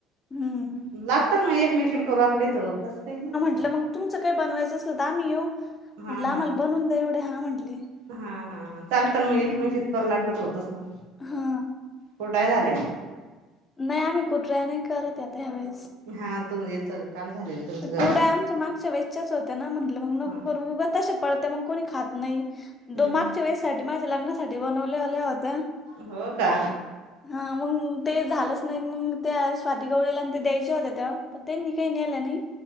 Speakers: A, on the left; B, on the right.
A: हम्म,
B: मी लागते ना मं एकमेकीला करु आपल्या इथं तस काही नाही.
A: म्हणलं मंग तुमचं काही बनवायचं असलं, त आमी येऊ म्हटलं
B: हा
A: आम्हाला
B: हा
A: बनवून द्या एवढं, हा म्हटले.
B: हा, हा, हा चालतं मं
A: हा
B: एकमेकीचं करू लागलं त होतच ना,
A: हा
B: कुरडया झाल्या?
A: नाई आमी कुड्रराया नाही करत ये आता ह्या वेेळेस.
B: हा तुम याच काम झालेलं तुमचं घरचं
A: कुर्डया आमच्या मागच्या वेळेस् च्याच होत्या ना म्हटलं मंग नको
B: हा
A: करु, ऊगं तश्या पडता मग कोणी खात नाही,
B: हम्म
A: दो मागच्या वेळेस साठी, माझ्या लग्नासाठी बनवल्याल्या होत्या.
B: हो का
A: हा मंग ते झालंच नाही, मंग त्या स्वाती गवळी त्यांच्या द्यायच्या होत्या त्या, पण त्यांनी काही नेल्या नही,